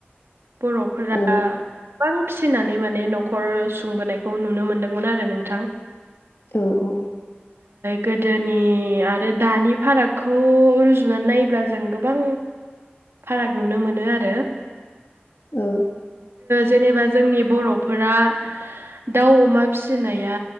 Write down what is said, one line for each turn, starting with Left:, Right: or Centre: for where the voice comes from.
Right: बर'फोरा
Left: औ
Right: गोबां फिसिनानै माने न'खर सुंबोनायखौ नुनो मोनदोंमोन आरो नोंथां
Left: औ-औ
Right: गोदोनि आरो दानि फारागखौ रुजुनानै नायोब्ला जों गोबां फाराग नुनो मोनो आरो
Left: औ
Right: जेनेबा जोंनि बर'फोरा दाउ अमा फिसिनाया